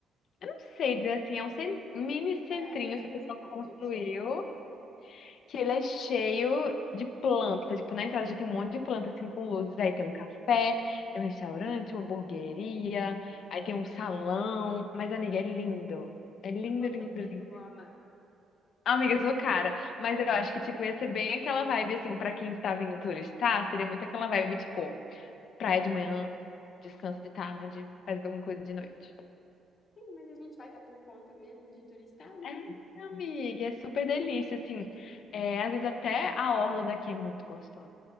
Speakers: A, on the left; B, on the left.
A: não sei dizer assim, é um cen- mini centrinho
B: É, ia te
A: que
B: perguntar
A: o pessoal construiu,
B: o que que é.
A: que ele é cheio de planta. Tipo, na entrada já tem um monte de planta, assim, com luzes. Aí tem um café, tem um restaurante, uma hamburgueria, aí tem um salão. Mas, amiga, é lindo. É lindo,
B: Eu com
A: lindo,
B: certeza
A: lindo.
B: vou amar.
A: Amiga, eu sou cara, mas eu acho que, tipo, ia ser bem aquela vibe, assim, pra quem tá vindo turistar, seria muito aquela vibe, tipo, praia de manhã, descanso de tarde, faz alguma coisa de noite.
B: Sim, mas a gente vai estar por conta mesmo de turistar, então.
A: É, amiga, é super delícia, assim, é, às vezes até a orla daqui é muito gostosa.